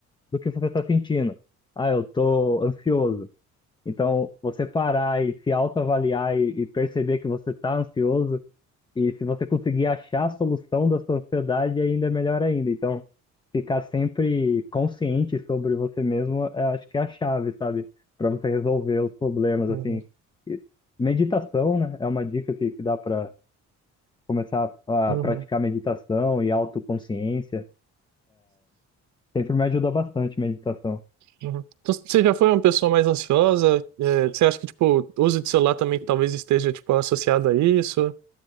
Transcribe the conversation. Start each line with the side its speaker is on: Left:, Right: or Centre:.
Left: do que você tá sentindo. Ah, eu tô ansioso. Então, você parar e se autoavaliar e, e perceber que você está ansioso, e se você conseguir achar a solução da sua ansiedade, ainda é melhor ainda. Então, ficar sempre consciente sobre você mesmo, é, acho que é a chave, sabe? Para você resolver os problemas,
Right: Uhum.
Left: assim. E meditação, né? É uma dica que, que dá para começar a
Right: Uhum.
Left: praticar meditação e autoconsciência. Sempre me ajudou bastante meditação.
Right: Uhum. Então, você já foi uma pessoa mais ansiosa? É, você acha que, tipo, o uso de celular também talvez esteja, tipo, associado a isso?